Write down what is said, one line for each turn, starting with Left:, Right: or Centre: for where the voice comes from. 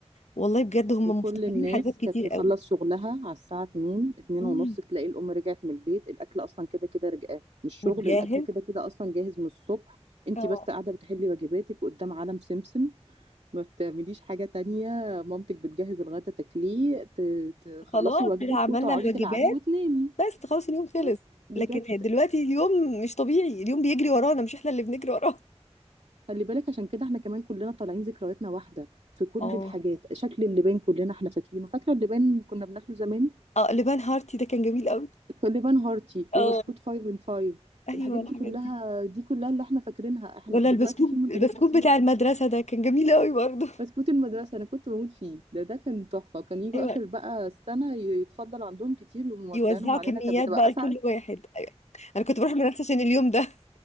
Left: والله بجد هم
Right: وكل
Left: مفتقدين
Right: الناس
Left: حاجات كتير
Right: كانت تخلص
Left: قوي
Right: شغلها على الساعه 2 2
Left: مم.
Right: ونص تلاقي الام رجعت من البيت الاكل اصلا كده كده رجع مش شغل
Left: متجهز
Right: الاكل كده كده اصلا جاهز من الصبح انت
Left: اه
Right: بس قاعده بتحلي واجباتك قدام عالم سمسم ما بتعمليش حاجه تانية مامتك بتجهز الغدا تاكليه ت- تخلصي
Left: خلاص
Right: واجبك
Left: كده عملنا
Right: وتقعدي
Left: الواجبات
Right: تلعبي وتنامي
Left: بس خلاص اليوم خلص
Right: بس بجد
Left: لكن دلوقتي اليوم مش طبيعي اليوم بيجري ورانا مش احنا اللي بنجري وراه
Right: خلي بالك عشان كده احنا كمان كلنا طالعين ذكرياتنا واحدة في كل
Left: اه
Right: الحاجات شكل اللبان كلنا احنا فاكرينه فاكرة اللبان اللي كنا بناكله زمان
Left: اه لبان هارتي ده كان جميل قوي
Right: اللبان هارتي
Left: اه
Right: وبسكوت فايف ان فايف
Left: ايوه
Right: الحاجات
Left: الحاجات
Right: دي كلها
Left: دي
Right: دي كلها اللي احنا فاكرينها احنا
Left: ولا
Right: دلوقتي
Left: البسكوت
Right: في منتجات
Left: البسكوت
Right: كتير
Left: بتاع المدرسة ده كان جميل قوي برضه
Right: بسكوت المدرسة انا كنت بموت فيه ده ده كان تحفة كان يجوا
Left: ايوه
Right: اخر بقى السنة يتفضل عندهم كتير وموزعينهم
Left: يوزعوا
Right: علينا
Left: كميات
Right: كانت بتبقى
Left: بقى
Right: اسعد
Left: لكل واحد ايوه انا كنت بروح المدرسة عشان اليوم ده